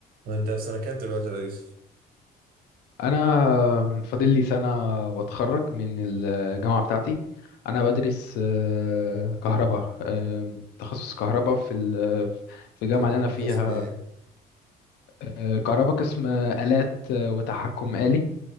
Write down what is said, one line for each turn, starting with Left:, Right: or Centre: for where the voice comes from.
Right: وانت في سنة كام دلوقتي يا يوسف؟
Left: انا فاضل لي سنه واتخرج من الجامعه بتاعتي انا بدرس آه، كهرباء آه، تخصص كهرباء في ال- في الجامعه
Right: جميل
Left: اللي انا فيها
Right: قسم ايه
Left: آه، كهرباء قسم آه، آلات آه، وتحكم آلي